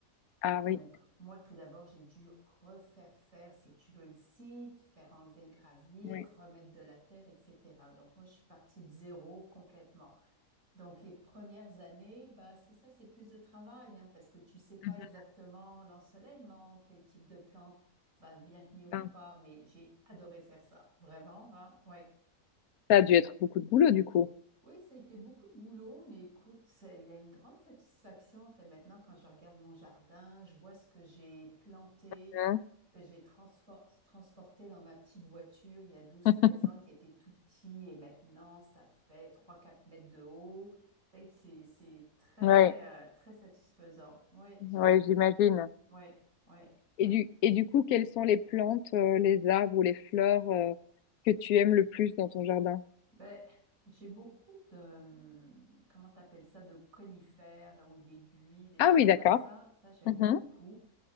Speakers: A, on the left; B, on the right.
A: ah
B: Donc,
A: oui,
B: moi, tout d'abord, j'ai dû refaire faire, si tu veux, le site, faire enlever le gravier,
A: oui.
B: remettre de la terre, etc. Donc, moi, je suis partie de zéro complètement. Donc, les premières années, bah, c'est ça, c'est plus de travail, hein, parce que tu sais pas
A: Mhm.
B: exactement l'ensoleillement, quel type de plante va bien tenir
A: Ah,
B: ou pas, mais j'ai adoré faire ça, vraiment, hein, oui.
A: Ça a dû être beaucoup de boulot du coup.
B: Oui, ça a été beaucoup de boulot, mais écoute, c'est- il y a une grande satisfaction. Tu sais, maintenant, quand je regarde mon jardin, je vois ce que j'ai planté,
A: Hein
B: que j'ai transfor- transporté dans ma petite voiture il y a douze,
A: <laughs>
B: treize ans, qui était tout petit, et maintenant, ça fait trois, quatre mètres de haut. Tu sais, C'est, c'est très,
A: ouais,
B: euh, très satisfaisant. Oui, j'aime
A: ouais,
B: ça
A: j'imagine.
B: beaucoup. Oui, oui,
A: Et
B: oui.
A: du, et du coup, quelles sont les plantes, euh, les arbres ou les fleurs, euh, que tu aimes le plus dans ton jardin?
B: Ben, j'ai beaucoup de, hum, comment t'appelles ça, de conifères, là, ou des buis, des
A: Ah
B: choses
A: oui,
B: comme
A: d'accord.
B: ça. Ça, j'aime
A: Mhm.
B: beaucoup